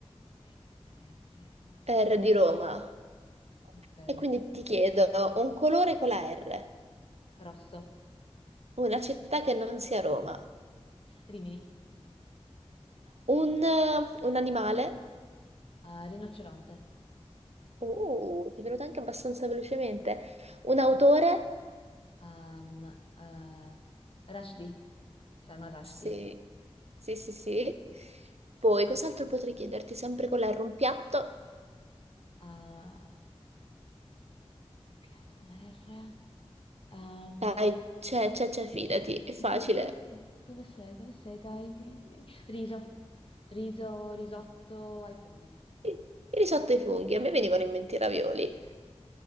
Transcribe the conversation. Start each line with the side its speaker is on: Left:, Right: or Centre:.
Left: Ok, R, R, R.
Right: R di Roma.
Left: Ok.
Right: E quindi ti chiedo un colore con la R,
Left: Rosso.
Right: una città che non sia Roma,
Left: Rimini.
Right: un, un animale,
Left: Eh, rinoceronte.
Right: uh, ti è venuto anche abbastanza velocemente, un autore,
Left: Ehm, eh, Rushdie. Salman Rushdie.
Right: sì, sì, sì, sì. Poi cos'altro potrei chiederti sempre con la R, un piatto?
Left: Ah, un piatto con la R. Ehm,
Right: Dai, c'è, c'è, c'è, fidati, è facile.
Left: sì, sì. Dove sei? Dove sei? Dai, vieni, vieni. Riso. Riso, risotto ai funghi.
Right: Il il risotto ai funghi, a me venivano in mente i ravioli.